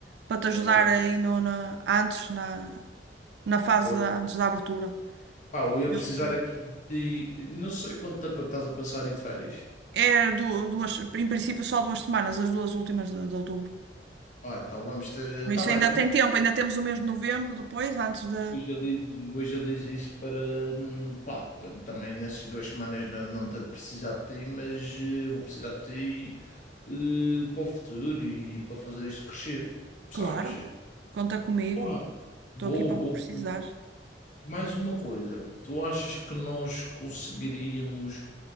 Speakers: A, on the right; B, on the left.
A: para te ajudar
B: eh, é,
A: aí no, na, antes, na, na fase
B: foi.
A: da- antes da abertura.
B: Pá, eu ia
A: Eu-
B: precisar aqui de. Não sei quanto tempo é que estás a pensar ir de férias.
A: é du- duas, em princípio, só duas semanas, as duas últimas de, de outubro.
B: Ah, então vamos ter.
A: Por
B: Está
A: isso
B: bem,
A: ainda
B: não
A: tem tempo, ainda temos o mês de novembro depois, antes de.
B: Hoje eu diz, hoje eu diz isso para, hum, pá, pa- também nessas duas semanas não, não tanto precisar de ti, mas eh, eu vou precisar de ti eh, para o futuro e para fazer isto crescer, sabes?
A: Claro, conta comigo.
B: Ah,
A: Estou
B: boa,
A: aqui para
B: boa.
A: o que precisares.
B: boa. Mais uma coisa, tu achas que nós conseguiríamos